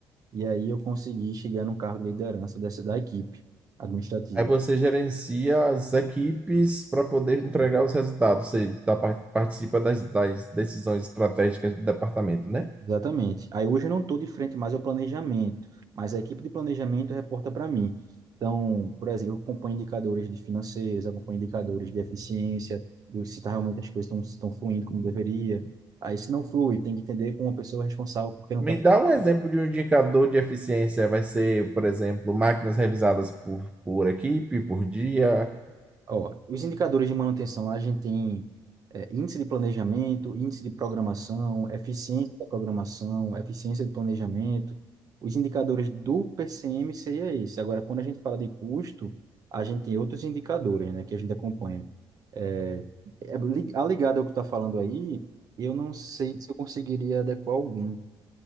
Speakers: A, on the right; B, on the right.
A: E aí eu consegui chegar no cargo de liderança dessa da equipe administrativa.
B: Aí você gerencia as equipes para poder entregar os resultados, você tá- par- participa das, das decisões estratégicas do departamento, né?
A: Exatamente. Aí hoje eu não estou de frente mais ao planejamento, mas a equipe de planejamento reporta para mim. Então, por exemplo, eu acompanho indicadores de financeiros, acompanho indicadores de eficiência, do se tá realmente as coisas estão estão fluindo como deveria. Aí se não flui, tem que entender com a pessoa responsável porque não
B: Me
A: está
B: dá um exemplo de um indicador de eficiência. Vai ser, por exemplo, máquinas revisadas por, por equipe, por dia.
A: Ó, os indicadores de manutenção, lá a gente tem é, índice de planejamento, índice de programação, eficiência da programação, eficiência de planejamento. Os indicadores do PCM seria esse. Agora, quando a gente fala de custo, a gente tem outros indicadores, né, que a gente acompanha. É, é li- a ligada ao que está falando aí, eu não sei se eu conseguiria adequar algum.